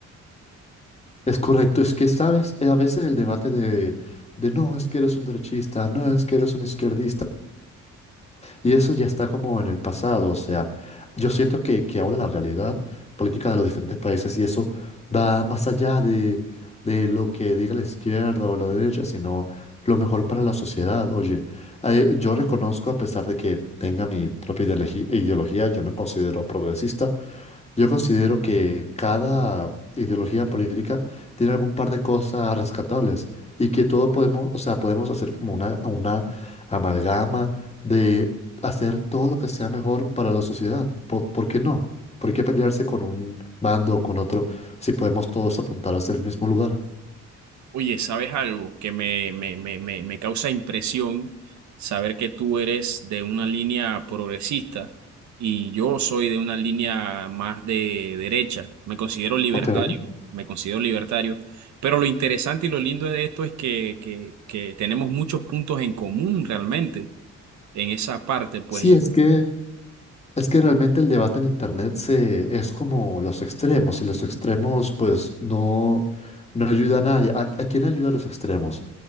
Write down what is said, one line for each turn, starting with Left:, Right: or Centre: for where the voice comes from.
Left: Es correcto, es que sabes, Eh, a veces el debate de, de no es que eres un derechista, no es que eres un izquierdista, y eso ya está como en el pasado, o sea, yo siento que, que ahora la realidad política de los diferentes países y eso va más allá de, de lo que diga la izquierda o la derecha, sino lo mejor para la sociedad. Oye, eh, yo reconozco, a pesar de que tenga mi propia ideologi- ideología, yo me considero progresista, Yo considero que cada ideología política tiene algún par de cosas rescatables y que todo podemos, o sea, podemos hacer como una, una amalgama de hacer todo lo que sea mejor para la sociedad. ¿Por, por qué no? ¿Por qué pelearse con un bando o con otro si podemos todos apuntar hacia el mismo lugar?
Right: Oye, ¿sabes algo que me, me, me, me, me causa impresión? Saber que tú eres de una línea progresista y yo soy de una línea más de derecha. Me considero libertario,
Left: Ok.
Right: me considero libertario. Pero lo interesante y lo lindo de esto es que, que, que tenemos muchos puntos en común realmente en esa parte, pues,
Left: Sí, es que es que realmente el debate en internet se es como los extremos y los extremos pues no no ayudan a nadie. ¿A, a quién ayuda a los extremos?